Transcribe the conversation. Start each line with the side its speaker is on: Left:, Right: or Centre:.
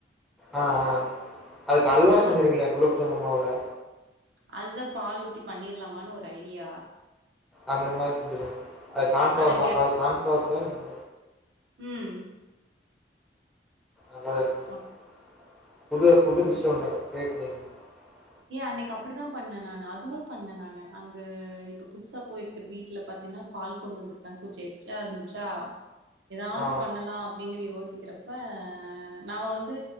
Centre: ஆஹ் ஆஹ் அதுக்கு அல்வா செஞ்சிருக்ங்ளே
Right: அப்
Centre: குழு <unintelligible>
Right: அதுதா பால் ஊத்தி பண்ணிரலாமானு ஒரு ஐடியா
Centre: அந்த மாரி செஞ்சிருங்க அது கான்ஃப்ளவர்
Right: ஆனா
Centre: மா அது கான்ஃப்ளவர் பதிலு இன்னொரு
Right: உம்
Centre: ஆமா இருக்குதுக்கா
Right: அப்
Centre: புது புது டிஷ்
Right: அந்
Centre: ஒன்னு கிரியேட் <unintelligible>
Right: ஏ அன்னைக்கு அப்டித்தா பண்ண நானு அதுவு பண்ண நானு அங்க இப்ப புதுசா போயிருக்குற வீட்ல பாத்தீன்னா பால் கொண்டு வந்ததுதா கொஞ்சோ எச்சா இருந்துச்சா ஏதாது
Centre: ஆ.
Right: பண்ணலா அப்டிங்கற யோசி கீக்கறப்ப நாம வந்து